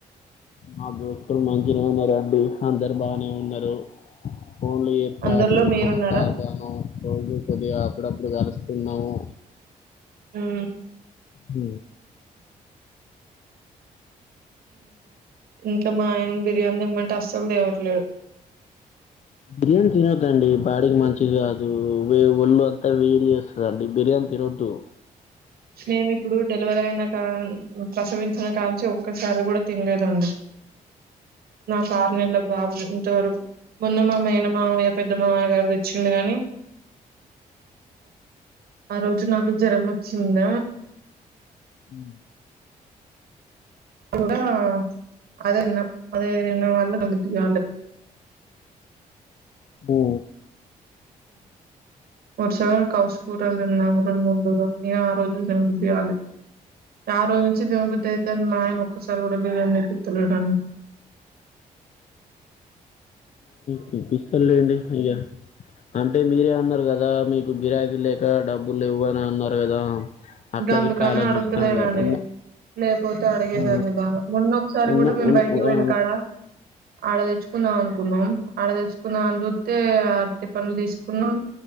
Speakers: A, on the left (about 45°); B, on the right (about 75°).
A: మా దోస్తులు మంచిగానే ఉన్నరండి అందరు బానే ఉన్నారు ఫోన్లు చేస్తారు
B: అందరిలో మీరున్నారా
A: మాట్లాడతాను రోజు కొద్దిగా అప్పుడప్పుడు కలి ఉన్నాము
B: ఉమ్
A: ఉ
B: ఇంకా మా ఆయన బిర్యానీ తేమ్మంటే అస్సలు దేవట్లేదు
A: బిర్యానీ తినకండి బాడికి మంచిది కాదు వే ఒళ్ళు అంతా వేడిచే అండి బిర్యానీ తినోద్దు
B: నేను ఇప్పుడు డెలివరీ అయిన కా ప్రసవించిన కాలంచి ఒక్కసారి కూడా తినలేదండి నా కరు నెల బాబు ఇంతవరకు మొన్న మామయైన మావయ్య పెద్ద మావయ్య గారు తెచ్చిడు కాగాని ఆ రోజు నాకు జ్వరం వచ్చి చింద
A: ఉమ్
B: అ అదేన్న అదేన్న <unintelligible> కాలే
A: బో
B: ఒక్కసారి అయినా కౌసుకూరలు తిన్నాను <unintelligible> ఆ రోజు దినబుద్ధివ్వాలి ఆ రోజు నుంచి దినబుద్ధి అయితేని మా ఆయన ఒక్కసారి కూడా బిర్యానీ తేపితలేదు
A: చూపిస్తారులేండి ఇక అంటే మీరే అన్నారు కదా మీకు గిరాకీ లేక డబ్బులు లేవ్వని అన్నారు కదా అట్లా
B: ఇంకా అందుకని
A: గిట్లా ఆలోచిస్తాండు
B: అడుగుతలేనండి
A: ఉన్న
B: లేకపోతే అడిగేదాన్ని
A: ఆ
B: బాగా మొన్న ఒకసారి
A: ఉన్న
B: కూడా నేను
A: ఉన్
B: బయటికి పోయిన
A: ఆ
B: కాడ ఆడ తెచ్చుకుందాం అనుకున్నాం ఆడ తెచ్చుకుందాం అని చూతే అటి పనులు తీసుకున్నాం